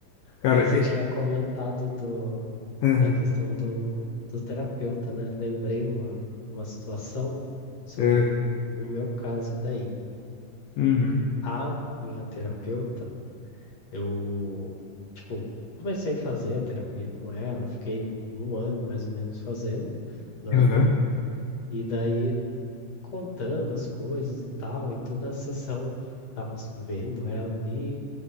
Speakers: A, on the left; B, on the left.
A: Cara,
B: Mas você
A: é.
B: tinha comentado do,
A: Aham.
B: da questão do, do terapeuta, né? Lembrei uma, uma situação sobre
A: é.
B: o, o meu caso daí.
A: Uhum.
B: A minha terapeuta, eu, tipo, comecei a fazer a terapia com ela, fiquei um ano mais ou menos fazendo, normal.
A: Aham.
B: E daí contando as coisas e tal, e toda a sessão tava vendo ela ali